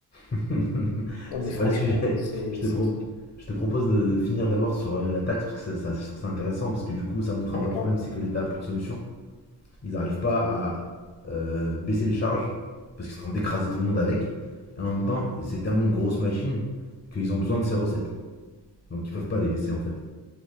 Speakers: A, on the left; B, on the left.
A: <laughs>
B: Non,
A: C'est
B: mais franchement,
A: pas le sujet.
B: c'est...
A: Je te,
B: c'est-
A: pro- je te propose de, de finir d'abord sur euh, la taxe, parce que ça, ça- je trouve ça intéressant, parce que du coup, ça montre un
B: Ouais,
A: vrai
B: clairement.
A: problème, c'est que l'État a plus de solution. Ils n'arrivent pas à euh, baisser les charges, parce qu'ils sont en train d'écraser tout le monde avec. Et en même temps, c'est tellement une grosse machine qu'ils ont besoin de ces recettes. Donc ils peuvent pas les baisser, en fait.